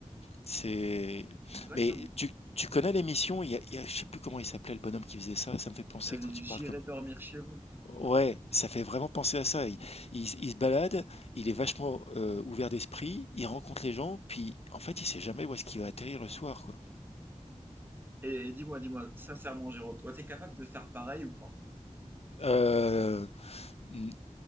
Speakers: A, on the left (about 55°); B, on the right (about 15°).
A: c'est.
B: exactement.
A: Mais tu, tu connais l'émission? Il y a, il y a- je sais plus comment il s'appelait, le bonhomme qui faisait ça. Ça me fait penser
B: Euh,
A: quand tu
B: j'irai
A: parles comme
B: dormir chez vous.
A: Ouais, ça fait vraiment penser à ça. Il, il se il se balade, il est vachement euh, ouvert d'esprit, il rencontre les gens, puis en fait, il sait jamais où est-ce qu'il va atterrir le soir, quoi.
B: Et, et dis-moi, dis-moi, sincèrement, Géraud, toi, t'es capable de faire pareil ou pas?
A: Euh, n-